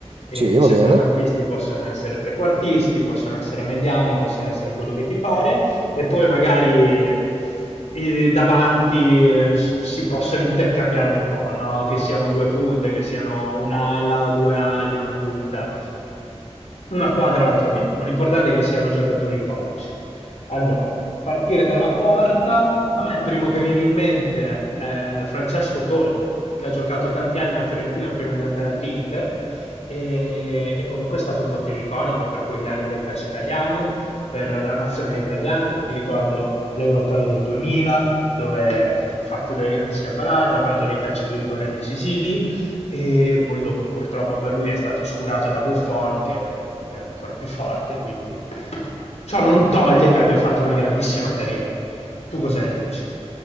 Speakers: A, on the left; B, on the right.
A: E
B: Sì,
A: I
B: va
A: centrocampisti
B: bene.
A: possono essere trequartisti, possono essere mediani, possono essere quello che ti pare e poi magari i davanti eh, s- si possono intercambiare un po', no? Che siano due punte, che siano un'ala, due ali, una punta una quadra la troviamo. L'importante è che siano giocatori iconici. Allora, partire dalla porta, a me il primo che viene in mente è Francesco Toldo, che ha giocato tanti anni alla Fiorentina prima di andare all'Inter. E, e comunque è stato un portiere iconico per quegli anni del calcio italiano, per la nazionale italiana. Mi ricordo l'Europeo del 2000, dove ha fatto delle grandissime parate, ha parato dei calci di rigore decisivi e poi dopo purtroppo per lui è stato oscurato da Buffon che, che era ancora più forte, quindi ciò non toglie che abbia fatto una grandissima carriera. Tu cosa ne dici?